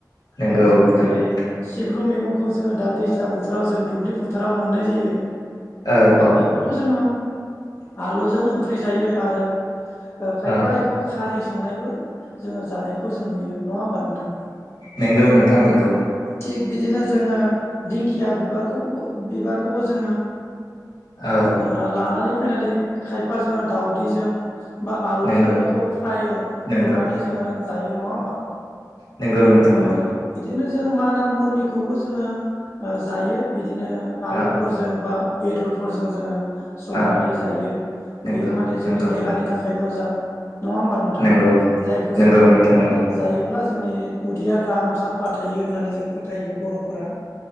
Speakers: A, on the left; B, on the left.
A: नंगौ
B: औ जोङो
A: नंगौ
B: दिनै सिब्रु मैगंखौ जोङो दा दैज्लां बोथोराव जों दुब्लि फोथाराव मोननाय जायो
A: औ औ
B: बेखौथ' जोङो आलुजों ओंख्रि जायो आरो ओ खायफा
A: औ
B: बेखौ खारै संनायबो जोङो जानायखौ जों नुयो नङा होमबा नों थां
A: नंगौ नोंथां नंगौ
B: थिग बिदिनो जोङो दिंखिया बिबारखौबो बिबारखौबो जोङो
A: औ
B: आ लानानै फैनानै खायफाजों दाावदैजों बा आलुजों
A: नंगौ
B: बेखौ फ्राय एवनानै
A: नंगौ
B: जोङो जायो नङा होमबा?
A: नोंगौ नोंथां नंगौ।
B: औ बिदिनो जों मानामुनिखौबो जोङो ओ जायो बिदिनो आलुफोरजों
A: औ
B: बा बेदरफोरजों जोङो संनानै
A: औ
B: जायो
A: नंगौ
B: बेयो माने जोंनि
A: नंगौ
B: देहानि
A: नंगौ
B: थाखाय मोजां नङा होमबा नोंथां
A: नंगौ
B: जायखौ
A: नंगौ
B: जोङो
A: नोंथां नंगौ
B: जायोब्ला जोंनि उदैया गाहाम साफा थायो होननानै जों फोथायो बर'फोरा।